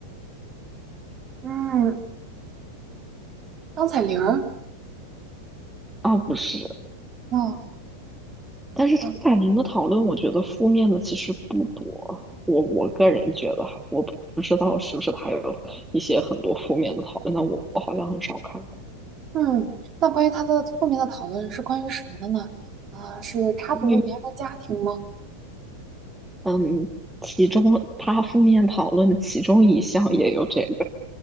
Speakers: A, on the right (about 30°); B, in the centre.
A: 嗯，张彩玲儿，
B: 哦，不是，
A: 哦
B: 但是张彩玲的讨论，
A: 嗯
B: 我觉得负面的其实不多。我我个人觉得哈，我不知道是不是他有一些很多负面的讨论，但我我好像很少看到。
A: 嗯，那关于她的负面的讨论是关于什么的呢？啊、是插足了别人的家庭吗？
B: 嗯，嗯，其中他负面讨论的其中一项也有这个，